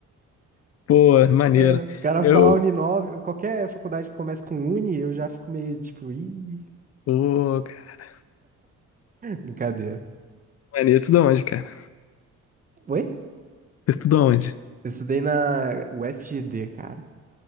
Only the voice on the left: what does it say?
Pô, maneiro.
Eu.
Pô, cara.
Maneiro. Tudo onde, cara?
Tu estudou onde?